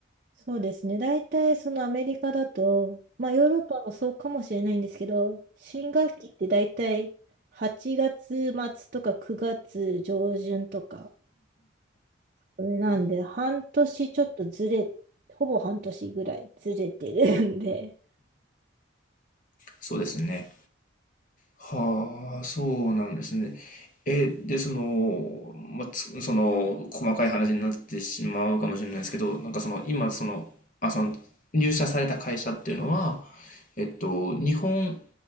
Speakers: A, on the right; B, on the left.
A: そうですね。大体そのアメリカだと、まあヨーロッパもそうかもしれないんですけど、新学期って大体8月末とか9月上旬とか、なんで、半年ちょっとずれ、ほぼ半年ぐらいずれてるんで、
B: そうですね。はあ、そうなんですね。え、で、その、まあ、つその、細かい話になってしまうかもしれないですけど、なんかその、今、その、あ、その、入社された会社っていうのは、えっと、日本